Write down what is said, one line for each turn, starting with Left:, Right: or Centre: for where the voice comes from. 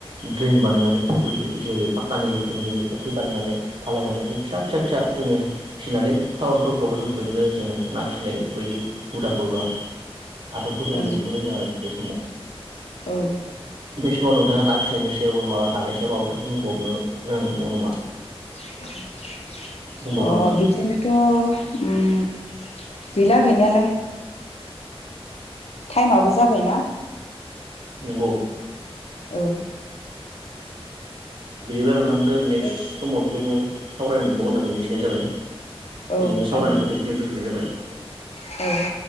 Right: ट्रेन बानायनानै फुख्रि जेरै फाक गेजेर गेजेर फुख्रि बानायनानै फालायनानै जों फिसा फिसा फिसा जोङो फिसिनानै टाउन सहरफ्रावबो जों बेफोरबायदिनो जोङो ना फिसिनाय बेफोरबायदि हुदाखौ एबा आदबखौ जो
Left: औ ओं
Right: नुबोदों आरो बे समाव
Left: औ
Right: बे समाव नोंथाङा ना फिसिनायनि सायाव बा माबा नानि सायाव माबाफोर बुंबावनो गोनां दंबावो नामा
Left: <inaudible>
Right: बुंबावगोन
Left: अ
Right: नामा
Left: बिदिनोथ' ओम गैला गैनायालाय टाइमाबो जाबायना
Right: नंगौ
Left: औ
Right: बिदिबा नोंथांदो नेक्स्ट
Left: दे
Right: समाव बेबायदिनो सावरायनो मोनबावोन होननानै मिथिनाय जाबाय दिनैनो
Left: औ जागोन
Right: सावरायनायखौ
Left: दे
Right: बेखिनियाव दोनथ'नाय जाबाय
Left: औ